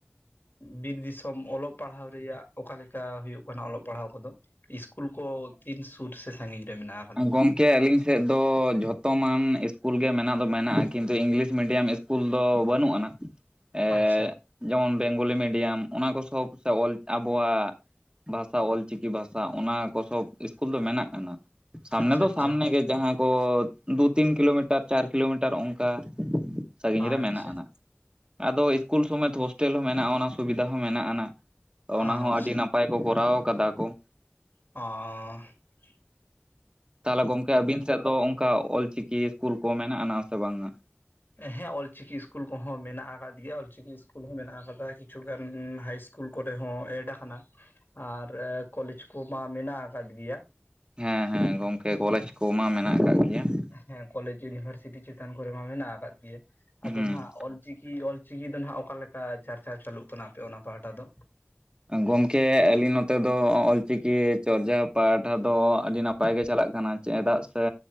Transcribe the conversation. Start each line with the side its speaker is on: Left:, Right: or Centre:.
Left: ᱵᱤᱨ ᱫᱤᱥᱚᱢ ᱚᱞᱚᱜ ᱯᱟᱲᱦᱟᱣ ᱨᱮᱭᱟᱜ ᱚᱠᱟᱞᱮᱠᱟ ᱦᱩᱭᱩᱜ ᱠᱟᱱᱟ ᱚᱞᱚᱜ ᱯᱟᱲᱦᱟᱣ ᱠᱚ ᱫᱚ? ᱤᱥᱠᱩᱞ ᱠᱚ ᱛᱤᱱ ᱥᱩᱨ ᱥᱮ ᱥᱟᱺᱜᱤᱧ ᱨᱮ ᱢᱮᱱᱟᱜᱼᱟ?
Right: ᱜᱚᱢᱠᱮ ᱟᱹᱞᱤᱧ ᱥᱮᱫ ᱫᱚ ᱡᱷᱚᱛᱚᱢᱟᱱ ᱤᱥᱠᱩᱞ ᱜᱮ ᱢᱮᱱᱟᱜ ᱫᱚ ᱢᱮᱱᱟᱜᱼᱟ ᱠᱤᱱᱛᱩ ᱤᱝᱞᱤᱥ ᱢᱤᱰᱤᱭᱟᱢ ᱤᱥ ᱠᱩᱞ ᱫᱚ ᱵᱟᱹᱱᱩᱜ ᱟᱱᱟ ᱾ ᱮᱻ
Left: ᱟᱪᱪᱷᱟ
Right: ᱡᱮᱢᱚᱱ ᱵᱮᱝᱜᱚᱞᱤ ᱢᱤᱰᱤᱭᱟᱢ, ᱚᱱᱟ ᱠᱚ ᱥᱚᱵ ᱥᱮ ᱚᱞ ᱟᱵᱚᱣᱟᱜ ᱵᱷᱟᱥᱟ ᱚᱞᱪᱤᱠᱤ ᱵᱷᱟᱥᱟ ᱚᱱᱟ ᱠᱚ ᱥᱚᱵ ᱤᱥᱠᱩᱞ ᱫᱚ ᱢᱮᱱᱟᱜ ᱟᱱᱟ,
Left: ᱟᱪᱪᱷᱟ
Right: ᱥᱟᱢᱱᱮ ᱫᱚ
Left: ᱟᱪᱪᱷᱟ
Right: ᱥᱟᱢᱱᱮ ᱜᱮ ᱡᱟᱦᱟᱸ ᱠᱚ ᱫᱩ ᱛᱤᱱ ᱠᱤᱞᱳᱢᱤᱴᱟᱨ ᱪᱟᱨ ᱠᱤᱞᱳᱢᱤᱴᱟᱨ ᱚᱝᱠᱟ ᱥᱟᱺᱜᱤᱧ
Left: ᱟᱪᱪᱷᱟ
Right: ᱨᱮ ᱢᱮᱱᱟᱜ ᱟᱱᱟ ᱾ ᱟᱫᱚ ᱤᱥᱠᱩᱞ ᱥᱚᱢᱮᱛ ᱦᱳᱥᱴᱮᱞ ᱦᱚᱸ ᱢᱮᱱᱟᱜᱼᱟ, ᱚᱱᱟ ᱥᱩᱵᱤᱫᱟ ᱦᱚᱸ ᱢᱮᱱᱟᱜ ᱟᱱᱟ
Left: ᱟᱪᱪᱷᱟ
Right: ᱚᱱᱟ ᱦᱚᱸ ᱟᱹᱰᱤ ᱱᱟᱯ ᱯᱟᱭ ᱠᱚ ᱠᱚᱨᱟᱣ ᱠᱟᱫᱟ ᱠᱚ ᱾
Left: ᱦᱚᱸ ᱾
Right: ᱛᱟᱦᱚᱞᱮ ᱜᱚᱢᱠᱮ ᱟᱹᱵᱤᱱ ᱥᱮᱫ ᱫᱚ ᱚᱝᱠᱟ ᱚᱞᱪᱤᱠᱤ ᱤᱥᱠᱩᱞ ᱠᱚ ᱢᱮᱱᱟᱜ ᱟᱱᱟ ᱥᱮ ᱵᱟᱝᱼᱟ?
Left: ᱦᱮᱸ ᱚᱞᱪᱤᱠᱤ ᱤᱥᱠᱩᱞ ᱠᱚᱦᱚᱸ ᱢᱮᱱᱟᱜ ᱟᱠᱟᱫ ᱜᱮᱭᱟ, ᱚᱞᱪᱤᱠᱤ ᱤᱥᱠᱩᱞ ᱦᱚᱸ ᱢᱮᱱᱟᱜ ᱟᱠᱟᱫᱟ, ᱠᱤᱪᱷᱩ ᱜᱟᱱ ᱦᱟᱭ ᱤᱥ ᱠᱩᱞ ᱠᱚᱨᱮ ᱦᱚᱸ ᱮᱰ ᱠᱟᱱᱟ ᱟᱨ ᱠᱚᱞᱮᱡᱽ ᱠᱚᱢᱟ ᱢᱮᱱᱟᱜ ᱟᱠᱟᱫ ᱜᱮᱭᱟ ᱾
Right: ᱦᱮᱸ ᱦᱮᱸ ᱜᱚᱝᱠᱮ ᱠᱚᱞᱮᱡᱽ ᱠᱚᱢᱟ ᱢᱮᱱᱟᱜ ᱠᱟᱜ ᱜᱮᱭᱟ ᱾
Left: ᱦᱮᱸ ᱠᱚᱞᱮᱡᱽ ᱤᱭᱩᱱᱤᱵᱷᱟᱨᱥᱤᱴᱤ ᱪᱮᱛᱟᱱ ᱠᱚᱨᱮ ᱢᱟ ᱢᱮᱱᱟᱜ ᱟᱠᱟᱫ ᱜᱮᱭᱟ ᱟᱫᱚ
Right: ᱦᱩᱸ
Left: ᱱᱟᱦᱟᱜ ᱚᱞᱪᱤᱠᱤ ᱚᱞ ᱪᱤᱠᱤ ᱫᱚ ᱱᱟᱦᱟᱜ ᱚᱠᱟ ᱞᱮᱠᱟ ᱪᱟᱨᱪᱟᱣ ᱪᱟᱹᱞᱩᱜ ᱠᱟᱱᱟ ᱟᱯᱮ ᱚᱱᱟ ᱯᱟᱦᱟᱴᱟ ᱫᱚ?
Right: ᱜᱚᱢᱠᱮ ᱟᱹᱞᱤᱱ ᱱᱚᱛᱮ ᱫᱚ ᱚᱞᱪᱤᱠᱤ ᱪᱚᱨᱡᱟᱣ ᱯᱟᱦᱴᱟ ᱫᱚ ᱟᱹᱰᱤ ᱱᱟᱯ ᱯᱟᱭ ᱜᱮ ᱪᱟᱞᱟᱜ ᱠᱟᱱᱟ ᱪᱮᱸᱫᱟᱜ ᱥᱮ